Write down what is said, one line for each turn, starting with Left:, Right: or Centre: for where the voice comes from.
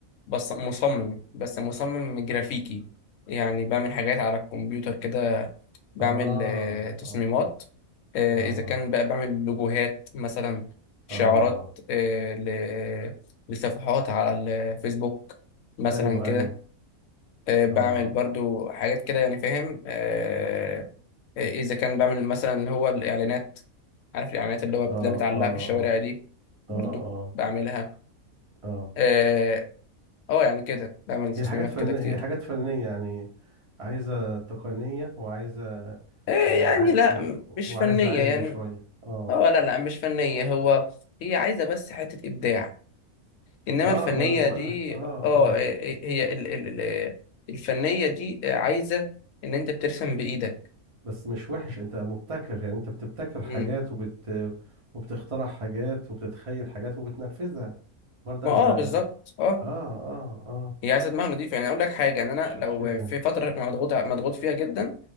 Left: بص... مصمم بس مصمم جرافيكي يعني بعمل حاجات على الكمبيوتر كده بعمل
Right: اه
Left: آه تصميمات
Right: اه
Left: آه
Right: اه
Left: اذا كان بقى بعمل لوجوهات مثلا شعارات
Right: اه
Left: آه ل... لصفحات على الفيسبوك مثلا
Right: ايوه
Left: كده
Right: ايوه
Left: آه، بعمل
Right: اه
Left: برضو حاجات كده يعني فاهم آه، آه، اذا كان بعمل مثلا اللي هو الاعلانات عارف الاعلانات اللي هو بتبقى
Right: اه
Left: متعلقه
Right: اه
Left: في الشوارع
Right: اه
Left: دي برضو
Right: اه اه
Left: بعملها
Right: اه
Left: اه آه، يعني كده بعمل
Right: هي
Left: تصميمات
Right: حاجات فنية
Left: كده كتير
Right: هي حاجات فنية يعني عايزة تقنية وعايزة
Left: آه،
Right: آه،
Left: يعني
Right: عا-
Left: لا
Right: و-
Left: م- مش
Right: وعايزة
Left: فنيه
Right: علم
Left: يعني
Right: شوية اه
Left: اه لا لا مش فنيه هو هي عايزه بس حته ابداع انما
Right: اه
Left: الفنيه
Right: ما انا بقول
Left: دي
Right: لك اه
Left: اه آه،
Right: اه
Left: هي ال ال ال- الفنيه دي عايزه ان انت بترسم بايدك
Right: بس مش وحش انت مبتكر يعني انت بتبتكر حاجات
Left: مم.
Right: وبت وبتخترع حاجات وبتتخيل حاجات وبتنفذها برضك
Left: ما
Right: ده
Left: اه بالظبط اه
Right: اه اه اه
Left: هي عايزه دماغ نضيفه يعني اقول لك حاجه ان انا
Right: ش-
Left: لو
Right: شيء جميل
Left: في فتره مضغوط مضغوط فيها جدا